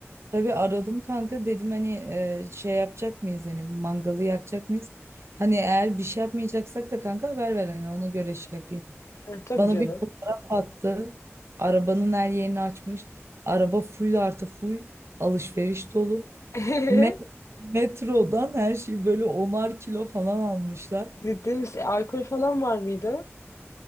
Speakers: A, on the right; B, on the left.
A: tabii aradım kanka dedim hani e, şey yapacak mıyız hani mangalı yakacak mıyız? Hani eğer bir şey yapmayacaksak da kanka haber ver hani ona göre şey yapayım.
B: Ha, tabii
A: Bana
B: canım.
A: bir fotoğraf attı. Arabanın her yerini açmış. Araba full artı full alışveriş dolu.
B: <laughs>
A: Me- metrodan her şeyi böyle onar kilo falan almışlar.
B: Ciddi misin? Alkol falan var mıydı?